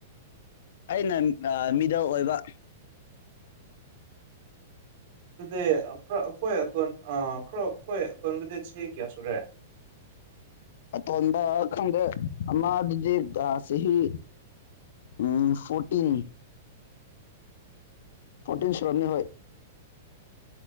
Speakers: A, on the left (about 60°); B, on the right (about 50°).
A: ꯑꯩꯅ ꯃꯤꯗ ꯑꯣꯏꯕ
B: ꯑꯗꯨꯗꯤ ꯑꯩꯈꯣꯏ ꯑꯇꯣꯟ ꯑ ꯈ꯭ꯔꯣ ꯑꯩꯈꯣꯏ ꯑꯇꯣꯟꯕ ꯗꯦꯠꯁꯤ ꯀꯌꯥ ꯁꯨꯔꯦ
A: ꯑꯇꯣꯟꯗ ꯈꯪꯗꯦ ꯑꯃꯥ ꯑꯗꯨꯗꯤꯁꯤ ꯎꯝ ꯐꯣꯔꯇꯤꯟ ꯄꯣꯔꯇꯤꯟ ꯁꯣꯔꯣꯅꯤ ꯍ